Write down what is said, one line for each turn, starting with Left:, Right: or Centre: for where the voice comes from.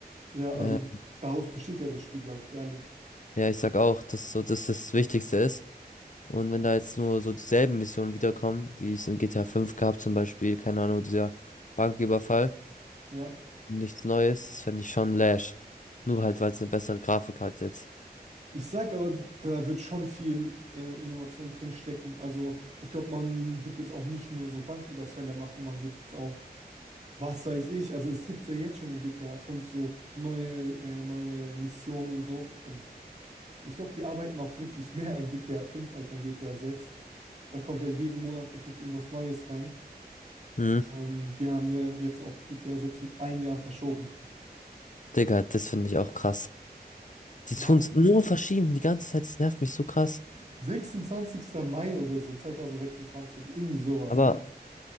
Right: Ja,
Left: Äh,
Right: also daraus besteht ja das Spiel, sage ich ehrlich.
Left: ja, ich sag auch, dass so das das Wichtigste ist. Und wenn da jetzt nur so dieselben Missionen wiederkommen, wie es in GTA 5 gab, zum Beispiel, keine Ahnung, dieser Banküberfall,
Right: Ja.
Left: nichts Neues, das fände ich schon lash. Nur halt, weil es eine bessere Grafik hat jetzt.
Right: Ich sag aber, da wird schon viel äh, Innovation drin stecken. Also ich glaube, man wird jetzt auch nicht nur so Banküberfälle machen, man wird jetzt auch, was weiß ich, also es gibt ja jetzt schon im GTA 5 so neue, äh, neue Missionen und so. Also ich glaube, die arbeiten auch wirklich mehr an GTA 5 als an GTA 6. Da kommt ja jeden Monat gefühlt irgendwas Neues rein.
Left: Hm,
Right: Ähm, die haben ja jetzt auch GTA 6 um ein Jahr verschoben.
Left: Digga, das finde ich auch krass. Die
Right: Wann?
Left: tun's nur verschieben, die ganze Zeit, das nervt mich so krass.
Right: 26. Mai oder so, 2026, irgendwie sowas.
Left: Aber